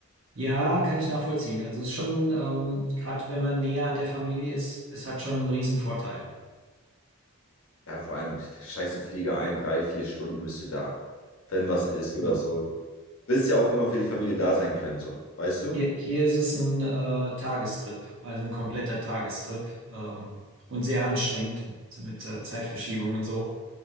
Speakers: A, on the right; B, on the left.
A: Ja, kann ich nachvollziehen. Also es ist schon, ähm, gerade wenn man näher an der Familie ist, es hat schon einen riesen Vorteil.
B: Ja, vor allem steigst du Flieger ein, drei, vier Stunden bist du da. Wenn was ist
A: Genau.
B: oder so. Willst ja auch immer für die Familie da sein können, so. Weißt du?
A: Hier, hier ist es ein äh, Tagestrip, also ein kompletter Tagestrip ähm, und sehr anstrengend mit äh, Zeitverschiebung und so.